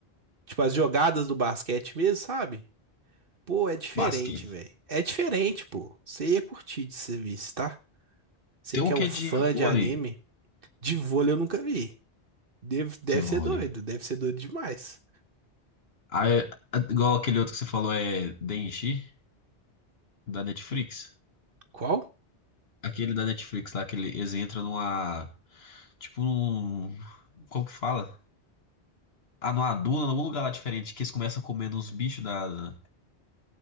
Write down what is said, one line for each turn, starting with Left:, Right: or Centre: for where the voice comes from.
Right: Tipo, as jogadas do basquete mesmo, sabe? Pô, é diferente,
Left: Basquete.
Right: velho. É diferente, pô. Você ia curtir de serviço, tá? Você
Left: Tem
Right: que
Left: um que
Right: é um
Left: é
Right: fã
Left: de vôlei.
Right: de anime, de vôlei eu nunca vi. Deve, deve
Left: De
Right: ser
Left: vôlei.
Right: doido, deve ser doido demais.
Left: Ah, é- a- igual aquele outro que você falou é Denji, da Netflix.
Right: Qual?
Left: Aquele da Netflix lá, que ele- eles entram numa. Tipo num. Como que fala? Ah, numa duna, num lugar lá diferente, que eles começam comendo os bichos da. da-